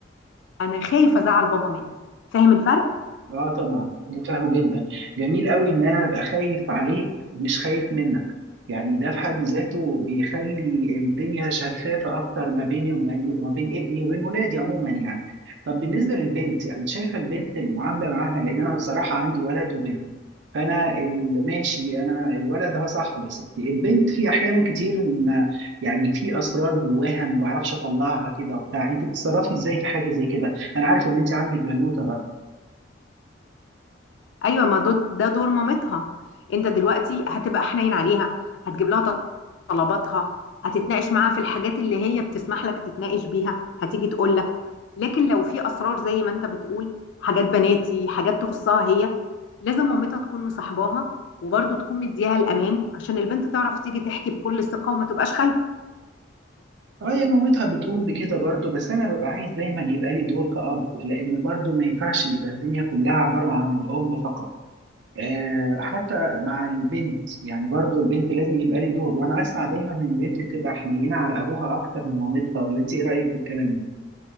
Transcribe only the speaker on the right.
اه طبعا فاهمه جدا جميل قوي ان انا ابقى خايف عليك مش خايف منك يعني ده في حد ذاته بيخلي الدنيا شفافة أكتر ما بيني وبين ما بين ابني وبين ولادي عموما يعني طب بالنسبة للبنت يعني شايفة البنت المعاملة معاها لأن أنا بصراحة عندي ولد وبنت فانا ال- ماشي انا الولد ده صاحبه يا ستي البنت في احيانا كتير إن- يعني في اسرار جواها ما بعرفش اطلعها كده وبتاع انت بتتصرفي ازاي في حاجه زي كده انا عارف ان انت عندك بنوته برضه
اه يا مامتها بتقوم بكده برضه بس انا ببقى عايز دايما يبقى لي دور كأب لان برضه ما ينفعش يبقى الدنيا كلها عباره عن الام فقط آه حتى مع البنت يعني برضه البنت لازم يبقى لي دور وانا اسمع دايما ان البنت بتبقى حنينه على ابوها اكتر من مامتها ولا انت ايه رايك في الكلام ده